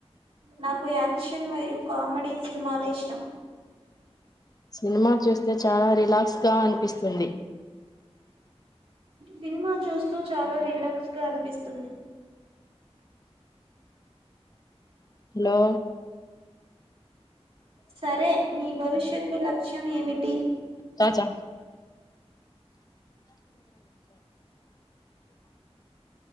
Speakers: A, on the right; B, on the left.
A: నాకు యాక్షన్ మరియు కామెడీ సినిమాలు ఇష్టం.
B: సినిమా చూస్తే చాలా రిలాక్స్ గా అనిపిస్తుంది.
A: సినిమా చూస్తూ చాలా రిలాక్స్ గా అనిపిస్తుంది.
B: హలో
A: సరే మీ భవిష్యత్తు లక్ష్యం ఏమిటి?
B: చాచా